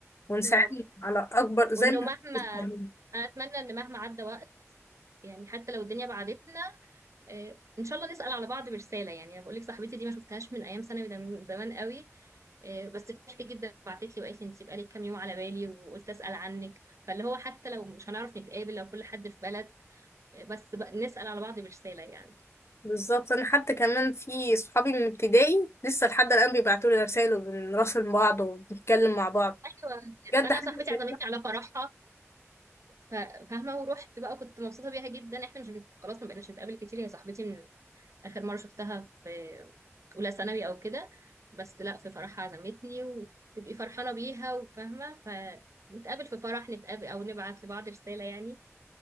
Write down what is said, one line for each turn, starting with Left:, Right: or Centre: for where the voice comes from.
Left: ونساعدهم
Right: رب
Left: على اكبر زي
Right: وإنه
Left: ما
Right: مهما
Left: إحنا
Right: أنا أتمنى إن مهما عدى وقت يعني حتى لو الدنيا بعدتنا آه، ان شاء الله نسأل على بعض برسالة يعني انا بقول لك صاحبتي دي ما شفتهاش من ايام ثانوي ده من زمان قوي آه، بس فرحت جدا بعتت لي وقالت لي انت بقالك كام يوم على بالي وقلت اسال عنك فاللي هو حتى لو مش هنعرف نتقابل لو كل حد في بلد آه، بس بقى نسال على بعض برساله يعني
Left: بالظبط انا حتى كمان في صحابي من ابتدائي لسه لحد الان بيبعتوا لي رسائل وبنراسل بعض وبنتكلم مع بعض
Right: ايوه
Left: بجد
Right: وانا
Left: حاجة
Right: صاحبتي
Left: زي
Right: عزمتني
Left: كده.
Right: على فرحها ف- فاهمه ورحت بقى كنت مبسوطه بيها جدا احنا مش بن- خلاص ما بقيناش نتقابل كتير هي صاحبتي من اخر مره شفتها في اولى ثانوي او كده بس لا في فرحها عزمتني وتبقي فرحانه بيها وفاهمه فنتقابل في فرح نتقابل او نبعت لبعض رساله يعني